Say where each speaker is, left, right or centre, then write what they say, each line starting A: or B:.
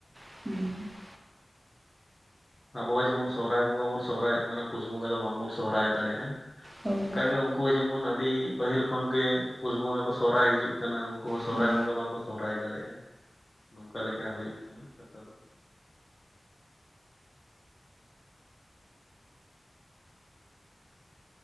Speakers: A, on the right; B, on the left.
A: <inaudible>
B: ᱟᱵᱚᱸ ᱡᱮᱢᱚᱱ ᱥᱚᱦᱚᱨᱟᱭ ᱵᱚᱸᱜᱟ ᱵᱚᱱ ᱥᱚᱦᱨᱟᱭᱚᱜ ᱠᱟᱱᱟ ᱯᱩᱥ ᱵᱚᱸᱜᱟ ᱫᱚ ᱵᱟᱝ ᱵᱚᱱ ᱥᱚᱦᱨᱟᱭ ᱫᱟᱲᱮᱭᱟᱜᱼᱟ
A: ᱦᱳᱭ
B: ᱚᱱᱠᱟ ᱜᱮ ᱩᱱᱠᱩ ᱤᱡ ᱡᱮᱢᱚᱱ ᱟᱹᱰᱤ ᱯᱟᱹᱦᱤᱞ ᱠᱷᱚᱱ ᱜᱮ ᱯᱩᱥ ᱵᱚᱸᱜᱟ ᱠᱚ ᱥᱚᱦᱨᱟᱭ ᱦᱤᱡᱩᱜ ᱠᱟᱱᱟ ᱩᱱᱠᱩ ᱦᱚᱸ ᱥᱚᱦᱨᱟᱭ
A: ᱦᱩᱸ
B: ᱵᱚᱸᱜᱟ ᱵᱟᱝ ᱠᱚ ᱥᱚᱦᱨᱟᱭ ᱫᱟᱲᱮᱭᱟᱜᱼᱟ ᱱᱚᱝᱠᱟ ᱞᱮᱠᱟ ᱦᱩᱭᱩᱜ ᱠᱟᱱᱟ ᱠᱟᱛᱷᱟ ᱫᱚᱼᱼ